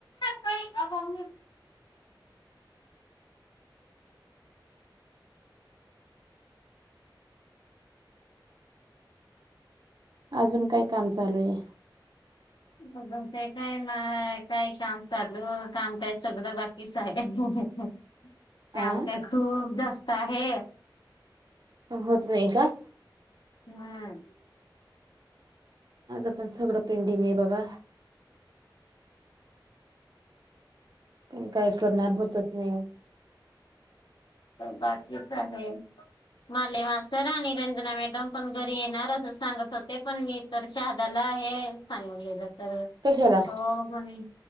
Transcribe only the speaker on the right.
अजून काय काम चालूये.
आ
होत नाहीय का?
माझं पण सगड पेंडिंगे बाबा. पण काय करणार होतच नाही.
कशाला